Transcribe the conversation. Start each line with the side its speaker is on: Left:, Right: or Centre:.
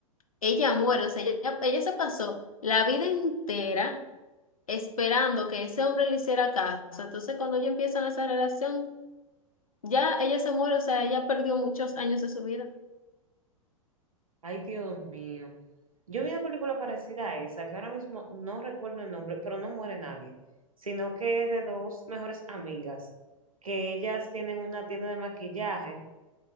Left: ella muere, o sea, ella, ella se pasó la vida entera esperando que ese hombre le hiciera caso. Entonces, cuando ellos empiezan esa relación, ya ella se muere, o sea, ella perdió muchos años de su vida.
Right: <laughs> Ay, Dios mío. Yo vi una película parecida a esa, que ahora mismo no recuerdo el nombre, pero no muere nadie, sino que es de dos mejores amigas, que ellas tienen una tienda de maquillaje